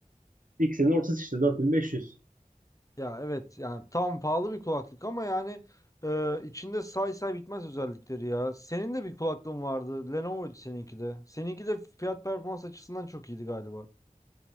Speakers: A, on the right (about 75°); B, on the left (about 25°).
A: İkisinin ortası işte 4500.
B: Ya evet yani tam pahalı bir kulaklık ama yani e, içinde say say bitmez özellikleri ya. Senin de bir kulaklığın vardı. Lenovo'ydu seninki de. Seninki de fiyat performans açısından çok iyiydi galiba.